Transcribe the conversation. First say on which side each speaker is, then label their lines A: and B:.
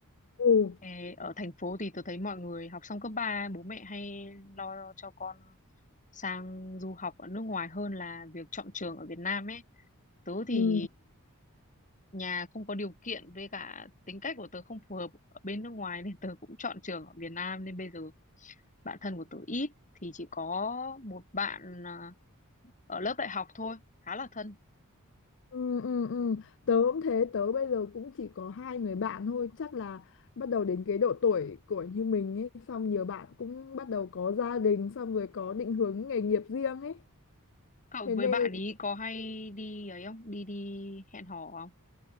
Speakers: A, on the left; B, on the left.
A: ừ
B: Ê, ở thành phố thì tớ thấy mọi người học xong cấp 3 bố mẹ hay lo cho con sang du học ở nước ngoài hơn là việc chọn trường ở Việt Nam ấy tớ thì
A: ừ
B: nhà không có điều kiện với cả tính cách của tớ không phù hợp ở bên nước ngoài nên tớ cũng chọn trường ở Việt Nam nên bây giờ bạn thân của tớ ít thì chỉ có một bạn à, ở lớp đại học thôi khá là thân
A: ừ ừ ừ. tớ cũng thế tớ bây giờ cũng chỉ có hai người bạn thôi chắc là bắt đầu đến cái độ tuổi của như mình ấy xong nhiều bạn cũng bắt đầu có gia đình xong rồi có định hướng nghề nghiệp riêng ấy
B: cậu
A: thế
B: với
A: nên
B: bạn ý có hay đi ấy không đi đi hẹn hò không